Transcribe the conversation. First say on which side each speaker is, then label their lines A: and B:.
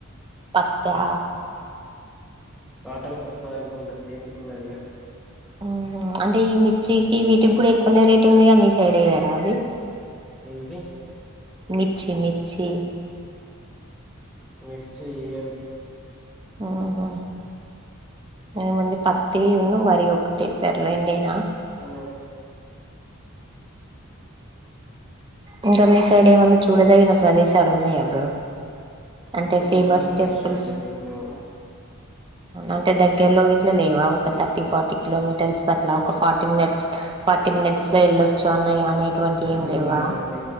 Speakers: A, on the right; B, in the centre.
A: పత్తా
B: కాటన్కు ఒక్కదానికే ఉంటది దేనికి ఉండదు ఇగా.
A: ఆహా అంటే ఈ మిర్చికి వీటికి కూడా ఎక్కువనే రేట్ ఉందిగా మీ సైడ్ ఎయ్యరా అవి.
B: ఏవి?
A: మిర్ఛి మిర్చి
B: మిర్చి ఎయ్యరు.
A: ఆహా ఏంముంది పత్తి ఉన్ను వరి ఒకటి తెర్రెండేనా.
B: హ్
A: ఇంక మీ సైడ్ ఏమన్నా చూడదగిన ప్రదేశాలు ఉన్నయా బ్రో అంటే
B: చూడదగిన
A: ఫేమస్
B: ప్రదేశాలు
A: టెంపుల్స్
B: అయితే ఏం లేవు
A: అంటే దగ్గరలో గిట్లా లేవా ఒక థర్టీ ఫార్టీ కిలోమీటర్స్ అట్లా ఒక forty Tim nets forty minutes forty minutes లో వెళ్ళొచ్చు అన్నా అని ఎటువంటి ఏం
B: లేవు
A: లేవా.
B: లేవండి